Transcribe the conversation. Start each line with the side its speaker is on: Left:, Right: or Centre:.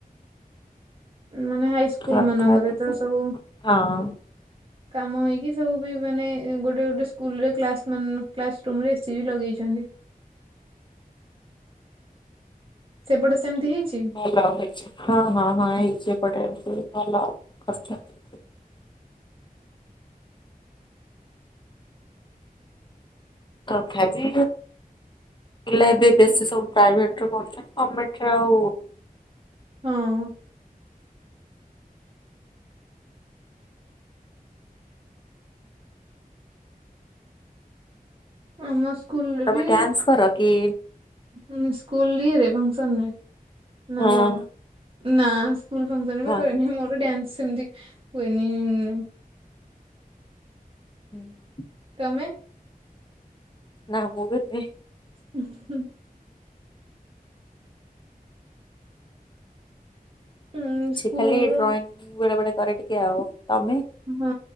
Right: ମାନେ ହାଇ ସ୍କୁଲ
Left: ତଥାପି
Right: ମାନଙ୍କରେ ତ ସବୁ
Left: ହଁ
Right: କାମ ହେଇକି ସବୁ ବି ମାନେ ଗୋଟେ ଗୋଟେ ସ୍କୁଲରେ କ୍ଲାସ୍ ମାନ କ୍ଲାସ ରୁମରେ ଏସିି ବି ଲଗେଇଛନ୍ତି। ସେପଟେ ସେମିତି ହେଇଛି?
Left: <unintelligible> ଭଲ ହେଇଛି ହଁ ହଁ ହଁ ହେଇଛି ଏପଟେ ଏମିତି ଭଲ କରିଛନ୍ତି। ତଥାବି ପିଲା ଏବେ ବେଶୀ ସବୁ ପ୍ରାଇଭେଟରେ ପଢ଼ୁଛନ୍ତି ଗମେଣ୍ଟରେ ଆଉ
Right: ହଁ। ଆମ ସ୍କୁଲରେ
Left: ତମେ
Right: ବି
Left: ଡ୍ୟାନ୍ସ କର କି?
Right: ଆମ ସ୍କୁଲ ହିଁ ରେଭେନ୍ସା ନୁହେଁ ନା
Left: ହଁ।
Right: କଣ ନା ସ୍କୁଲ ଫଙ୍କସନ୍ ମୁଁ
Left: ହଁ
Right: କରେନି ମୋର ଡ୍ୟାନ୍ସ ସେମିତି ହୁଏନି।
Left: ହୁଁ।
Right: ତମେ?
Left: ନା ମୁଁ ବି ନୁହେଁ।
Right: ହୁଁ ହୁଁ। ହୁଁ ସ୍କୁଲରୁ
Left: ସେ ଖାଲି ଡ୍ରଇଂ ବେଳେ ବେଳେ କରେ ଟିକେ ଆଉ ତମେ?
Right: ହଁ